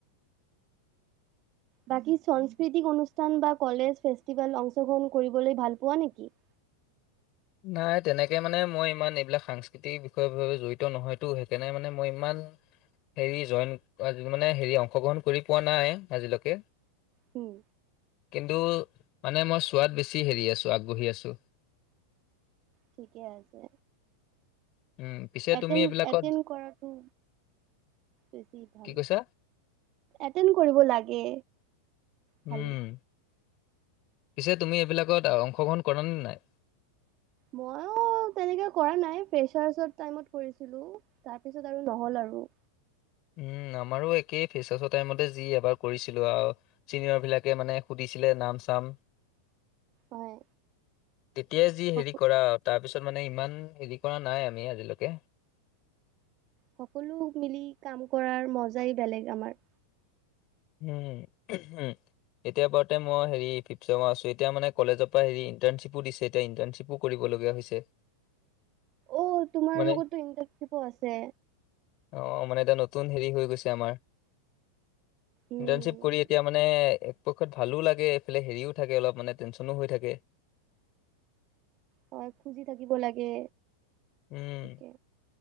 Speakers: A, on the right; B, on the left.
A: বাকী সংস্কৃতিক অনুষ্ঠান বা কলেজ ফেষ্টিভেল অংশগ্ৰহণ কৰিবলৈ ভাল পোৱা নেকি?
B: নাই তেনেকে মানে মই ইমান এইবিলাক সাংস্কৃতিক বিষয়ৰ জড়িত নহয়তো সেইকাৰণে মানে মই ইমান হেৰি জইন মানে হেৰি অংশগ্ৰহণ কৰি পোৱা নাই আজিলৈকে।
A: হম।
B: কিন্তু মানে মই চোৱাত বেছি হেৰি আছো আগ্ৰহি আছো।
A: ঠিকে আছে।
B: উম পিছে
A: এটেণ্ড
B: তুমি এইবিলাকত
A: এটেণ্ড কৰাটো বেছি ভাল
B: কি কৈছা
A: এতেণ্ড কৰিব লাগে।
B: উম,
A: খালি।
B: পিছে তুমি এইবিলাকত অংশগ্ৰহণ কৰা নে নাই?
A: মই তেনেকে কৰা নাই, ফেঁচাৰ্শৰ টাইমত কৰিছিলো। তাৰ পিছত আৰু নহ'ল আৰু।
B: উম, আমাৰো একেই ফেৰ্চাচৰ টাইমতে যি এবাৰ কৰিছিলো আৰু। চিনিয়ৰবিলাকে মানে সুধিছিলে নাম চাম।
A: হয়
B: তেতিয়াই যি
A: সক
B: হেৰি কৰা আৰু। তাৰপিছত মানে ইমান হেৰি কৰা নাই আমি আজিলৈকে।
A: সকলো মিলি কাম কৰাৰ মজাই বেলেগ আমাৰ।
B: উম, <unintelligible> এতিয়া বাৰতে মই হেৰি ফিফ্ চেমত আছো। এতিয়া মানে কলেজৰ পৰা হেৰি ইণ্টাৰ্ণশ্বিপো দিছে। এতিয়া ইণ্টাৰ্ণশ্বিপো কৰিবলগীয়া হৈছে।
A: অ', তোমাৰ
B: মানে
A: লগতো ইণ্টাৰ্ণশ্বিপো আছে।
B: অ', মানে এটা নতুন হেৰি হৈ গৈছে আমাৰ।
A: উম
B: ইণ্টাৰ্ণশ্বিপ কৰি এতিয়া মানে একপক্ষত ভালো লাগে এইফালে হেৰিও থাকে অলপ মানে টেনশনো হৈ থাকে।
A: হয় খুজি থাকিব লাগে।
B: উম।
A: ঠিকে